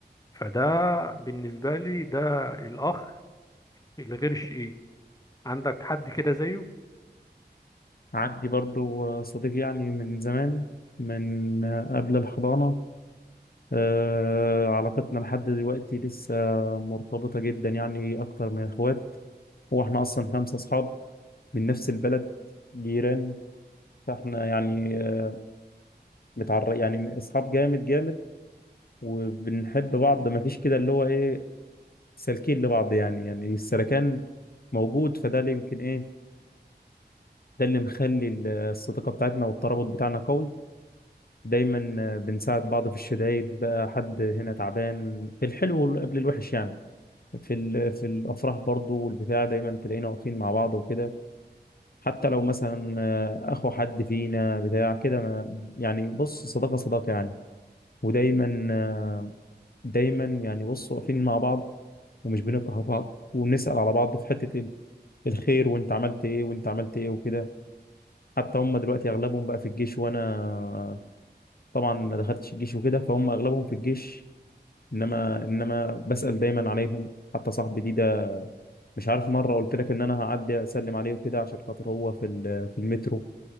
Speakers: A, on the left; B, on the left.
A: فده بالنسبة لي ده الاخ الغير شقيق عندك حد كده زيه
B: عندي برضو اه، صديق يعني من زمان من اه، قبل الحضانة آه علاقتنا لحد دلوقتي لسه مرتبطة جدا يعني أكتر من إخوات هو احنا اصلا خمسه اصحاب من نفس البلد جيران فاحنا يعني آه، متعر يعني اصحاب جامد جامد وبنحب بعض ما فيش كده اللي هو ايه سالكين لبعض يعني يعني السلكان موجود فده اللي يمكن ايه ده اللي مخلي ال- الصداقه بتاعتنا والترابط بتاعنا قوي دايما آه، بنساعد بعض في الشدايد بقى حد هنا تعبان في الحلو قبل الوحش يعني في ال- في الافراح برضو والبتاع دايما تلاقينا واقفين مع بعض وكده حتى لو مثلا آه، اخو حد فينا بتاع كده ما يعني بص صداقه صداقه يعني ودايما آه، دايما يعني بص واقفين مع بعض ومش بنكره بعض وبنسال على بعض في حته ال- الخير وانت عملت ايه وانت عملت ايه وكده حتى هم دلوقتي اغلبهم بقى في الجيش وانا طبعا ما دخلتش الجيش وكده فهم اغلبهم في الجيش انما انما بسال دايما عليهم حتى صاحبي دي ده مش عارف مره قلت لك ان انا هعدي اسلم عليه وكده عشان خاطر هو في ال- في المترو